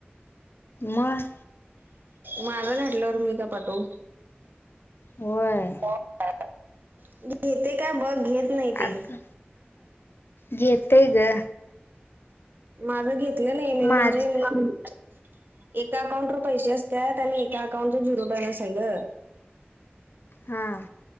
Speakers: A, on the left; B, on the right.
A: मग
B: माझं घातल्यावर मी का पाठवू
A: व्हय.
B: <unintelligible> घेते का बघ घेत घेत नाही ते
A: अगं घेते ग
B: माझं घेतलं नाही मी
A: माझं
B: म्हणजे एका अकाउंटवर पैसे असतात आणि एका अकाउंटवर झुरो बॅलन्स आहे ग
A: हां.